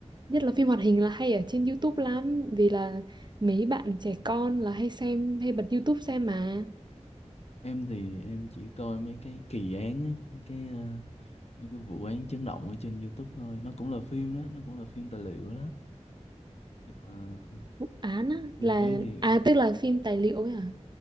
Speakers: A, on the right; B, on the left.
A: nhất là phim hoạt hình là hay ở trên YouTube lắm vì là mấy bạn trẻ con là hay xem hay bật YouTube xem mà
B: em thì em chỉ coi mấy cái kỳ án á mấy cái ờ, mấy cái vụ án chấn động ở trên YouTube thôi nó cũng là phim đó nó cũng là phim tài liệu đó Nhưng mà
A: án á
B: phim
A: là
B: ấy thì
A: à tức là phim tài liệu ấy à